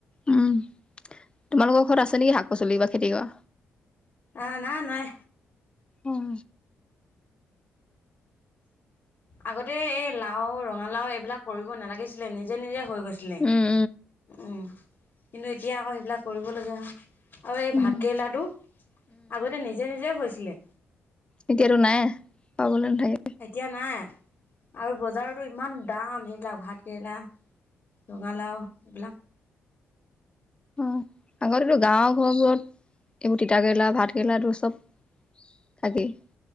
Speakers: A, on the left; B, on the left.
A: উম তোমালোকৰ ঘৰত আছে নেকি শাক পাচলি বা খেতি কৰা
B: অঁ না নাই।
A: উম।
B: আগতে এই লাও ৰঙালাওঁ এইবিলাক কৰিব নালাগিছিলে নিজে নিজে হৈ গৈছিল আছিলে
A: উম,
B: উম কিন্তু এতিয়া আকৌ সেইবিলাক কৰিবলগীয়া হয় আৰু এই
A: উম, উম।
B: ভাতকেৰেলা টো আগতে নিজে নিজে হৈছিলে
A: এতিয়া টো নাই পাবলৈ নাথাকে
B: এতিয়া নাই আৰু বজাৰতো ইমান দাম সেইবিলাক ভাত কেৰেলা ৰঙালাও এইবিলাক
A: অঁ আগতেতো গাঁওৰ ঘৰবোৰত এইবোৰ তিতাকেৰেলা ভাত কেৰেলাটো চব থাকেই।